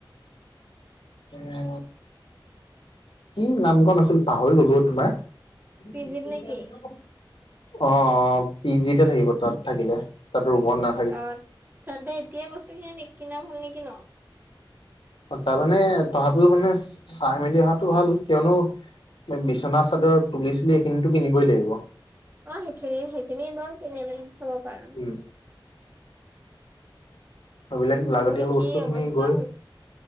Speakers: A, on the left; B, on the right.
A: এ কি নাম কন আছিল পাহৰি গ'লো অ তোমাৰ। <unintelligible>
B: পি জিত নে কি?
A: অ, অ পি জিতে থাকিব তাত থাকিলে। তাত ৰুমত না
B: অ, তেন্তে এতিয়াই বস্তুখিনি নিকিনা ভাল নেকি ন?
A: অ তাৰমানে তথাপিও মানে চাই মেলি অহাটো ভাল। কিয়নো <unintelligible> বিচনা চাদৰ তুলি-চুলি এইখিনিটো কিনিবই লাগিব।
B: অ, সেইখিনি সেইখিনি বাও কিনি আনি থব পাৰা।
A: উ। সেইবিলাক লাগতিয়াল
B: মোৰ কি
A: বস্তুখিনি
B: অৱস্থা
A: গৈ,